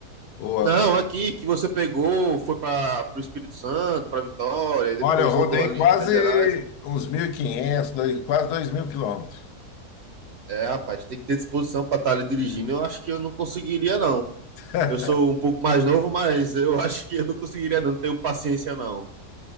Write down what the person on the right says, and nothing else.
Não, aqui que você pegou, foi para o Espírito Santo, para Vitória, e depois
rodou
ali
em Minas Gerais.
É, rapaz, tem que ter disposição para estar ali dirigindo. Eu acho que eu não conseguiria, não.
Eu sou um pouco mais novo, mas eu <laughs> acho que eu não conseguiria, não. Não tenho paciência, não.